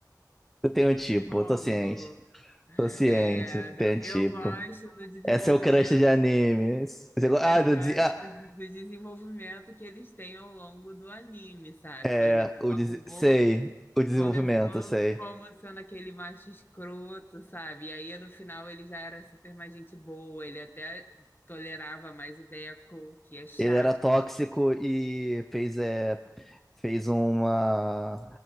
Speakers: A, in the centre; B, on the left.
A: Você tem um tipo.
B: Rômulo,
A: Eu tô ciente. Tô ciente.
B: é, não,
A: Tem um tipo.
B: eu gosto do desenvolvimento,
A: É seu crush de anime. Você go- Ah,
B: eu
A: eu
B: gosto
A: dizia- ah,
B: de- do desenvolvimento que eles têm ao longo do anime, sabe?
A: é.
B: Por exemplo, o
A: O
B: Bakugou
A: des... Sei. O desenvolvimento,
B: começou
A: sei.
B: como sendo aquele macho escroto, sabe? E aí, no final, ele já era super mais gente boa, ele até tolerava mais o Deco, que é chato,
A: Ele era tóxico e fez é, fez uma,